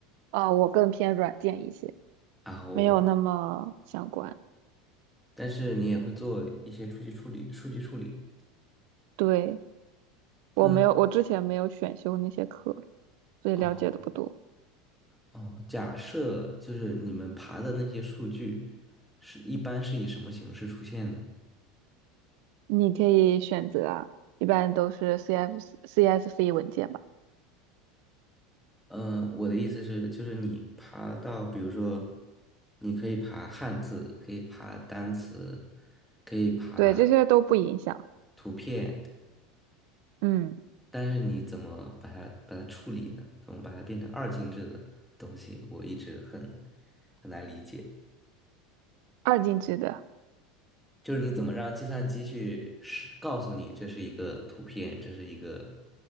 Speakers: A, on the right; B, in the centre.
A: 啊、我更偏软件一些。
B: 然后
A: 没有那么相关。
B: 但是你也会做一些数据处理，数据处理。
A: 对，我没有，
B: 嗯，
A: 我之前没有选修那些课，所以了解的不多。
B: 哦哦，假设就是你们爬的那些数据是一般是以什么形式出现呢？
A: 你可以选择啊，一般都是 CF、CSV 文件吧。
B: 嗯，呃我的意思是，就是你爬到，比如说，你可以爬汉字，可以爬单词，可以爬
A: 对，这些都不影响。
B: 图片，
A: 嗯，
B: 但是你怎么把它把它处理呢？怎么把它变成二进制的东西？我一直很很难理解，
A: 二进制的
B: 就是你怎么让计算机去是告诉你这是一个图片，这是一个